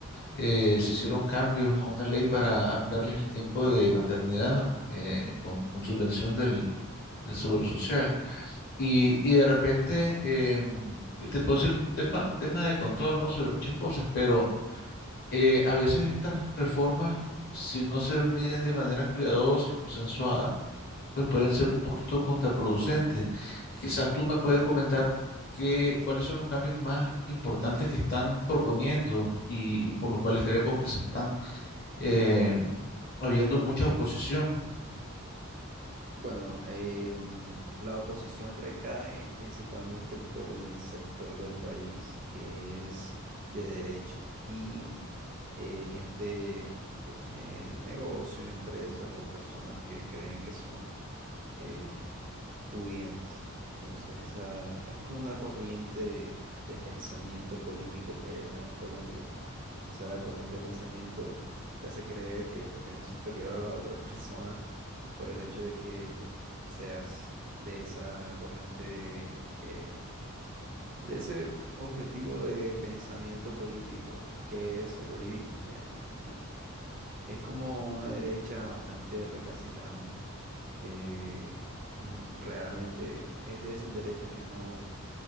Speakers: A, on the left; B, on the right.
A: eh, se hicieron cambios a una ley para ampliarles el tiempo de maternidad eh, con, con subvención del, del Seguro Social. Y, y de repente, eh, ¿qué te puedo decir? Un tema, un tema de control, ¿no? Sobre muchas cosas, pero eh, a veces estas reformas, si no se miden de manera cuidadosa y consensuada, pues pueden ser un poquito contraproducentes. Quizás tú me puedes comentar qué, cuáles son los cambios más importantes que están proponiendo y, y por los cuales creemos que se están eh, habiendo mucha oposición.
B: Bueno, em, la oposición recae principalmente por el sector del país que es de derecha y eh, gente pues, que tiene negocios, empresas o personas que creen que son eh, pudientes. Entonces, esa es como una corriente de, de pensamiento político que hay acá en Colombia. Esa corriente de pensamiento te hace creer que pues eres superior a la otra <laughs> persona por el hecho de que pues seas de esa corriente eh, de ese objetivo de pensamiento político que es el uribismo se llama aquí. Es como una derecha bastante recalcitrante, que mm, realmente es de esas derechas que no